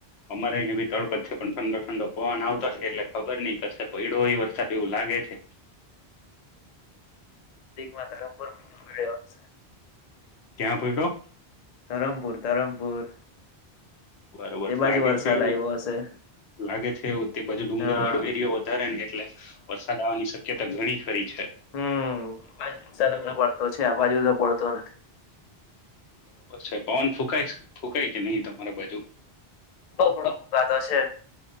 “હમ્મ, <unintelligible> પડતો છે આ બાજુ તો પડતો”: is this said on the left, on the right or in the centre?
Left